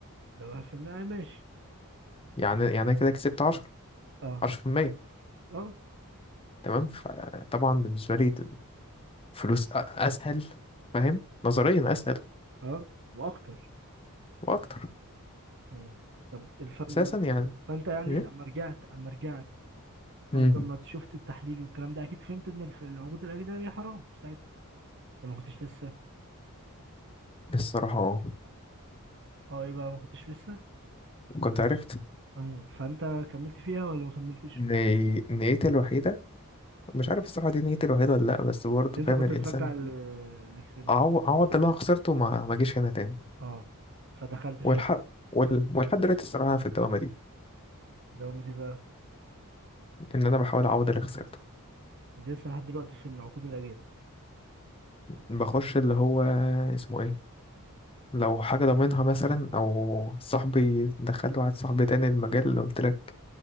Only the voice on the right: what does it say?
لو واحد في المية آه، ماشي
اه
اه
اه واكتر
مم. طب الفوري ده
فانت يعني
اما رجعت اما رجعت
قصدي اما شفت التحليل والكلام ده اكيد فهمت ان الف- العقود الاجنبيه حرام ساعتها ولا ما كنتش لسه
اه ايه بقى ما كنتش لسه
أمم، فانت كملت فيها ولا ما كملتش
اللي انت
كنت
ترجع ال- الاكس الاكس
اه فدخلت فيها
بعد
دوامتي بقى
دي لسه لحد دلوقتي في العقود الاجنبيه